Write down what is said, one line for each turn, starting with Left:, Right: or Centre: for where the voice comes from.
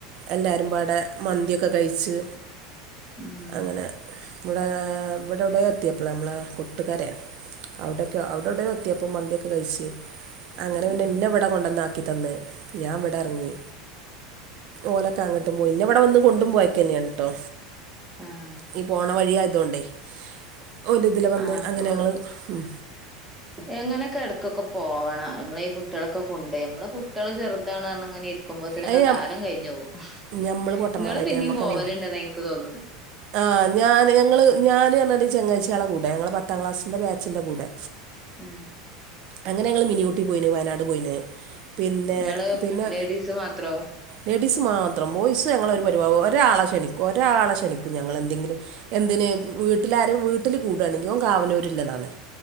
Right: എല്ലാവരും പാടെ മന്തിക്കെ കഴിച്ച്
Centre: ഉം
Right: അങ്ങനെ ഇവിടെ ഓടെ എത്തിയപ്പോള നമ്മളെ കൊട്ടുകാരെ അവിടെയൊക്കെ അവിടെവിടെ എത്തിയപ്പോം മന്തിയൊക്കെ കഴിച്ച് അങ്ങനെ പിന്നെ
Centre: ആഹ്
Right: എന്നന്നെവിടെ കൊണ്ടുവന്നാക്കി തന്ന് ഞാൻ ഇവിടെ ഇറങ്ങി ഓലൊക്കെ അങ്ങോട്ടും പോയി ഇന്ന ഇവിടെ വന്ന് കൊണ്ടും പോയൊക്കെ തന്നെയാണ് ട്ടോ
Centre: ആഹ്
Right: ഈ പോണ വഴിയയതുകൊണ്ടേ ഓൽ ഇതില വന്ന്
Centre: ആഹ് അപ്പൊ
Right: അങ്ങനെ ഞങ്ങള് ഉ
Centre: എങ്ങനെയൊക്കെ ഇടക്കൊക്കെ പോവണം നമ്മള ഈ കുട്ടികളൊക്കെ കൊണ്ട് നമ്മള് കുട്ടികള് ചെറുതാണ് പറഞ്ഞ് ഇങ്ങനെ ഇരിക്കുമ്പോത്തി നൊക്കെ
Right: അത്
Centre: കാലം കഴിഞ്ഞു പോകവും
Right: നമ്മൾ പൊട്ടന്മാരായിട്ട്
Centre: നിങ്ങള് പിന്നിം
Right: നമുക്കങ്ങനെ
Centre: പോവലണ്ടെന്ന എനിക്ക് തോന്നണ
Right: ആ ഞാന് ഞങ്ങള് ഞൻ പറഞ്ഞാത് ചെങ്ങാഴ്ചള കൂടെ ഞങ്ങള്ൾ പത്താം ക്ലാസ്സിന്റെ ബാച്ചിന്റെറെ കൂടെ
Centre: ആ
Right: അങ്ങനെ ഞങ്ങള് മിനിയൂട്ടി പോയിന് വയനാട് പോയിന് പിന്നെ
Centre: നിങ്ങള്
Right: പിന്നെ
Centre: ലേഡീസ് മാത്രോ
Right: ലേഡീസ് മാത്രം ബോയ്സ് ഞങ്ങളഒരു പരിഒലെ ഒരാളെ ക്ഷണിക്കും ഒരാളെ ക്ഷണിക്കും ഞങ്ങെന്തെങ്കിലും എന്തിന് വീട്ടിലാര വീട്ടിൽ കൂടയാണെങ്കൽ കവനൂരിള്ളതാണ്